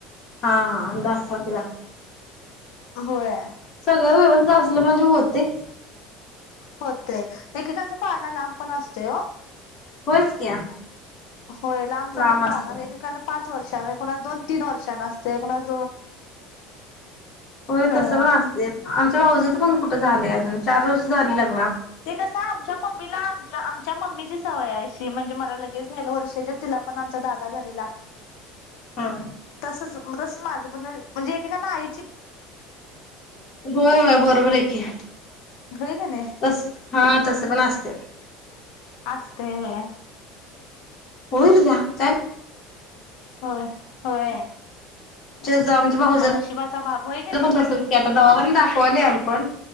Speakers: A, on the left; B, on the left.
A: हा हातरा <unintelligible>
B: होय.
A: सगळं व्यवस्थित असलं म्हणजे होतय.
B: होते एककेकण स्प अ ना ला <unintelligible> असतोय हो,
A: होयच क्या
B: होय लांबचा
A: लांब
B: पण
A: असते
B: पाळणा एकेकांना पाच वर्षां एकणाच दोन तीन वर्षांना असते एकण <unintelligible>
A: होय
B: हा
A: तस ना असतय आम ऊ पण कुठं झालंय अजून चार वर्ष झाली लग्ना
B: ते कस आमच्या मम्मीला आम-आमच्या मम्मीची सवया अशी म्हणजे मला लगेच- झाल, वर्षाच्या तिला पण आमचा दादा झालेला-
A: हम्म.
B: तस तस माझं पण म्हणजे एक एकानं आई
A: होय होय बरोबर हाय की.
B: होय कणी
A: तस हा तसं पण असते.
B: असतय होय.
A: होईल घ्या काय.
B: होय, होय.
A: आ आमच्या भाऊजय
B: आता नशिबाचा भाग होय का
A: ला
B: नाही.
A: पण तसास की आता दवाखान्यात दाखवालोय आम्ही पण